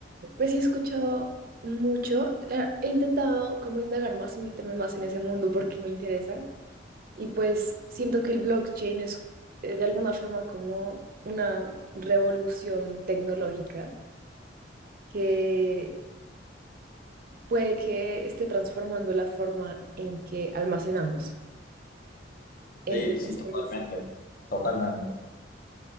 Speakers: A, on the right; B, on the left.
A: pues sí he escuchado mucho. La- he intentado como indagar más y meterme más en ese mundo porque me interesa. Y pues siento que el blockchain es eh, de alguna forma como una revolución tecnológica que puede que esté transformando la forma en que almacenamos. Entonces,
B: Sí, sí, totalmente. Totalmente.